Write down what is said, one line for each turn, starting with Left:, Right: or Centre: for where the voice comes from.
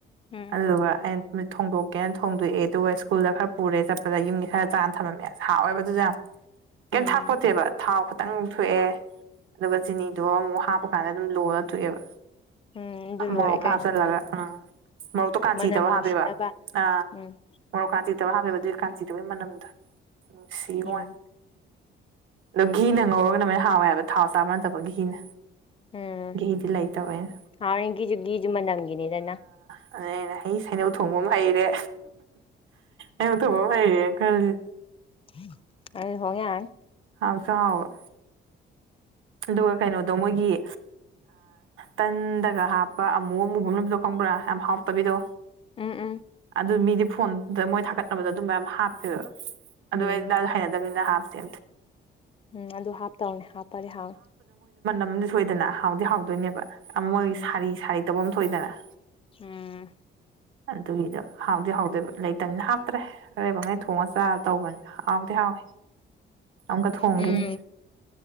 Left: ꯎꯝ
Right: ꯑꯜꯒ <unintelligible> ꯊꯣꯡꯗꯣꯛꯀꯦꯅ ꯊꯣꯡꯗꯣꯛꯑꯦ ꯑꯗꯨꯒ ꯁ꯭ꯀꯨꯜꯗ ꯈꯔ ꯄꯨꯔꯦ ꯆꯠꯄꯗ ꯌꯨꯝꯒꯤ ꯈꯔ ꯆꯥꯅ ꯊꯝꯃꯝꯃꯦ ꯑꯁ ꯍꯥꯎꯋꯦꯕꯗꯨꯁꯨ ꯌꯥꯝ ꯀꯩꯝ
Left: ꯎꯝ
Right: ꯊꯥꯛꯄꯣꯠꯇꯦꯕ ꯊꯥꯎ ꯈꯤꯇꯪ ꯑꯃꯨꯛ ꯊꯣꯛꯑꯦ ꯑꯗꯨꯒ ꯆꯤꯅꯤꯗꯣ ꯑꯃꯨꯛ ꯍꯥꯞꯄ ꯀꯥꯟꯗ ꯑꯗꯨꯝ ꯂꯣꯜꯂ ꯊꯣꯛꯑꯦꯕ
Left: ꯎꯝ ꯑꯗꯨ ꯂꯣꯏꯔꯦ
Right: ꯃꯣꯔ
Left: ꯀꯩꯅꯣ
Right: ꯈꯥꯥꯁꯦꯂꯒ ꯎꯝ ꯃꯔꯣꯛꯇꯣ ꯀꯥꯟꯁꯤꯗꯕ
Left: ꯃꯅꯝ ꯅꯨꯡꯁꯤꯅꯕ
Right: ꯍꯥꯞꯄꯦꯕ ꯑ
Left: ꯎꯝ
Right: ꯀꯥ ꯆꯤꯗꯕ ꯍꯥꯞꯕꯗꯨꯏ ꯀꯥ ꯆꯤꯗꯕꯒꯤ ꯃꯅꯝꯗ ꯁꯤ
Left: ꯎꯝ
Right: ꯋꯥꯟ ꯑꯣ ꯘꯤꯅ ꯉꯧꯔꯒꯅ ꯃꯣꯏꯅ ꯍꯥꯎꯋꯦ ꯍꯥꯏꯕ ꯊꯥꯎ ꯆꯥꯕ ꯅꯠꯇꯕ ꯘꯤꯅ
Left: ꯎꯝ
Right: ꯘꯤꯗꯤ ꯂꯩꯇꯕꯩꯅ
Left: ꯍ ꯒꯤꯁꯨꯨ ꯒꯤꯖꯨ ꯃꯅꯝꯒꯤꯅꯤꯗꯅ
Right: ꯑꯗꯨꯩꯅ ꯍꯩ ꯁꯩꯅꯧ ꯊꯣꯡꯕ ꯑꯃ ꯍꯩꯔꯦ ꯏꯉ ꯇ ꯍ ꯍꯒ ꯀꯖꯦ
Left: ꯍꯅ ꯑ ꯍꯏ
Right: ꯍꯥꯎꯁꯨ ꯍꯥꯎꯕ ꯑꯗꯨꯒ ꯀꯩꯅꯣꯗꯣ ꯃꯣꯏꯒꯤ ꯇꯟꯗꯒ ꯍꯥꯞꯄ ꯑꯃꯨ ꯑꯃꯨꯕ ꯂꯗꯣ ꯈꯪꯕ꯭ꯔꯥ ꯌꯥꯝ ꯍꯥꯎꯇꯕꯤꯗꯣ
Left: ꯎꯝ ꯎꯝ
Right: ꯑꯗꯨ ꯑꯗꯨ ꯃꯤꯗꯤ ꯐꯣꯟꯗ ꯃꯣꯏ ꯊꯥꯒꯠꯅꯕꯗ ꯑꯗꯨꯝ ꯃꯌꯥꯝ ꯍꯥꯞꯄ ꯑꯗꯨꯗ
Left: ꯎꯝ
Right: ꯍꯥꯏ ꯃꯤ ꯍꯥꯞꯇꯦ
Left: ꯎꯝ ꯑꯗꯨ ꯍꯥꯞꯇꯧꯅꯦ ꯍꯥꯞꯄꯔꯦ ꯍꯥꯡꯉ
Right: ꯝꯗꯤ ꯁꯣꯏꯗꯅ ꯍꯥꯎꯗꯤ ꯍꯥꯎꯗꯣꯏꯅꯦꯕ ꯃꯣꯏꯒꯤ
Left: ꯎꯝ
Right: ꯁꯥꯔꯤ ꯁꯥꯔꯤ ꯇꯐꯝ ꯑꯃ ꯊꯣꯛꯏꯗꯅ
Left: ꯎꯝ
Right: ꯑꯗꯨꯒꯤꯗꯣ ꯍꯥꯎꯗꯤ ꯍꯥꯎꯗꯣꯏꯕ ꯂꯩꯇꯕꯅꯤꯅ ꯍꯥꯞꯇ꯭ꯔꯦ ꯑꯔꯩꯕꯉꯩ ꯊꯣꯡꯉꯒ ꯆꯔ ꯇꯧꯕꯅꯤ ꯑꯥꯎꯗꯤ ꯍꯥꯥꯎ ꯑꯃꯨꯀ ꯊꯣꯡꯒꯦꯅꯤ
Left: ꯎꯝ